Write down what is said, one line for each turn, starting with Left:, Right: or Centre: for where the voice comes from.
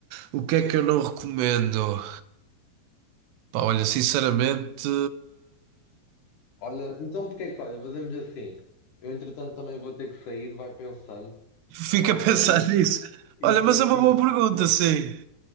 Right: O que é que eu não recomendo? Pá, olha, sinceramente,
Left: Olha, então porque é que, olha, fazemos assim, eu entretanto também vou ter que sair, vai pensando
Right: fica
Left: qual
Right: a pensar
Left: é. e
Right: <laughs> nisso.
Left: E
Right: Olha,
Left: depois
Right: mas é uma
Left: diz,
Right: boa pergunta, sim.